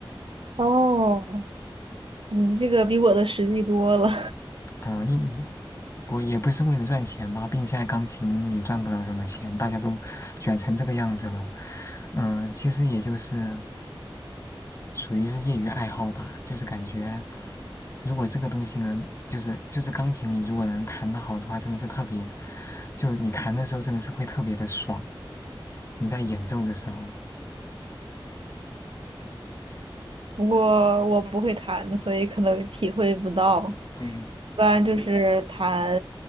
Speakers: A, on the right (about 80°); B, on the left (about 35°).
A: 哦，你这个比我的实际多了，
B: 嗯，因我也不是为了赚钱吧，并且现在钢琴也赚不了什么钱，大家都卷成这个样子了。嗯，其实也就是属于是业余爱好吧，就是感觉如果这个东西能，就是就是钢琴，你如果能弹得好的话，真的是特别，就你弹的时候真的是会特别的爽，你在演奏的时候。
A: <laughs> 不过我不会弹，所以可能体会不到。
B: 嗯。
A: 一般就是弹